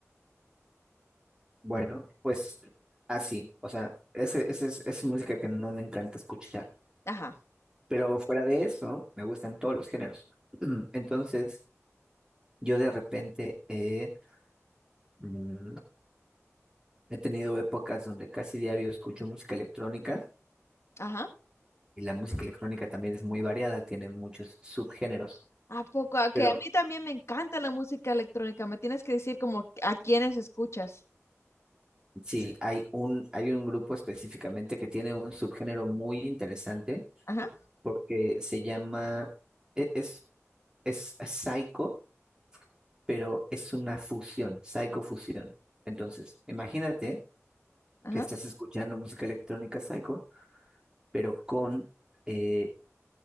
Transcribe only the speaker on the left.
Ajá,
ajá.
¿A poco? Ah, Que
a mí también me encanta la música electrónica. Me tienes que decir como a quiénes escuchas.
Ajá,
ajá.